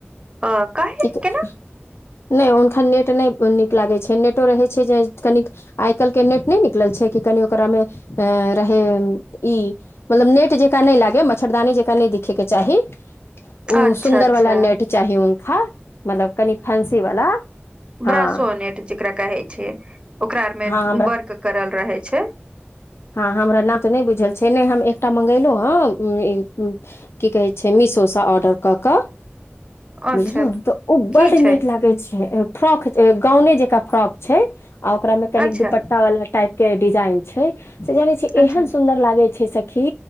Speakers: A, on the right; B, on the left.
A: अ, काहे
B: एक
A: केना
B: नय हुनका नेट नय नीक लागै छै नेटो रहै छै जे कनिक आइ काल्हिके नेट नय निकलल छै कि कनी ओकरामे अ रहै ई मतलब नेट जेकाँ नय लागे मच्छरदानी जेकाँ नय दिखे के चाही ओ
A: अच्छा
B: सुन्दर
A: अच्छा
B: वाला नेट चाही हुनखा मतलब कनी फैंसी वाला हँ
A: ब्रासो नेट जेकरा कहै छै ओकरा आर मे
B: हँ हमरा
A: वर्क करल रहेै छै
B: हँ हमरा नाम तऽ नय बुझल छै नय हम एकटा मगेलौं हेन की कहै छै मिसो सँ ऑर्डर कऽ कऽ
A: अच्छा
B: बुझलौं तऽ ओ बड्ड
A: की छै
B: नीक लागै छै फ्रॉक गाउने जेका फ्रॉक छै आ ओकरा मे कनिक
A: अच्छा
B: दुपट्टा वाला टाइप के डिजाइन छै से जानै छियै
A: अच्छा
B: एहन सुन्दर लागे छै सखी